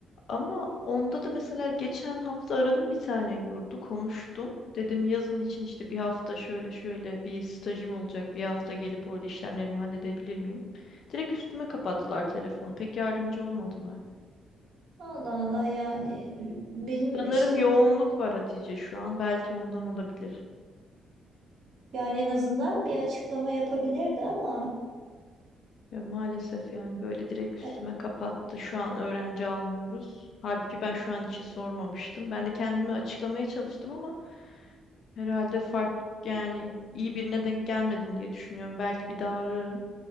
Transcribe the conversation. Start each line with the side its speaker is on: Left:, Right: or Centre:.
Left: Ama onda da mesela geçen hafta aradım bir tane yurdu konuştum. Dedim yazın için işte bir hafta şöyle şöyle bir stajım olacak. Bir hafta gelip orada işlemlerimi halledebilir miyim? Direkt üstüme kapattılar telefonu. Pek yardımcı olmadılar.
Right: Allah Allah yani benim
Left: Sanırım
Right: işte
Left: yoğunluk var Hatice şu an. Belki ondan olabilir.
Right: yani en azından bir açıklama yapabilirdi ama
Left: Ya maalesef yani böyle direkt üstüme
Right: e,
Left: kapattı. Şu an öğrenci almıyoruz. Halbuki ben şu an için sormamıştım. Ben de kendimi açıklamaya çalıştım ama herhalde fark yani iyi birine denk gelmedim diye düşünüyorum. Belki bir daha ararım.